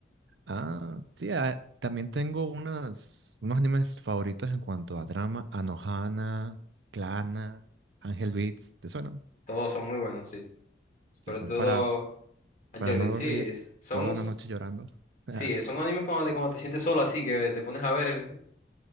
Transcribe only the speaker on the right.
Ah, sí, ah, también tengo unas, unos animes favoritos en cuanto a drama, Anohana, Clana, Angel Beats, ¿te suenan?
Sí,
son
para,
para no
dormir
toda
una noche llorando. <laughs>